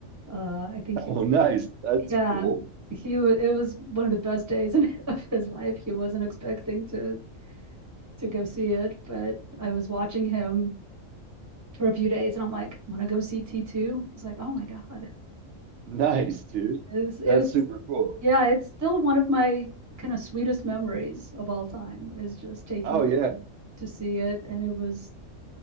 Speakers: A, on the right; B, on the right.
A: Uh, I think he
B: Oh,
A: was,
B: nice. That's
A: yeah,
B: cool.
A: he it was one of the best days <laughs> in, of his life. He wasn't expecting to to go see it, but I was watching him for a few days, and I'm like, want to go see T2? He's like, oh my god,
B: Nice, dude.
A: it's it's
B: That's super cool.
A: yeah, it's still one of my kind of sweetest memories of all time is just taking
B: Oh yeah.
A: to see it, and it was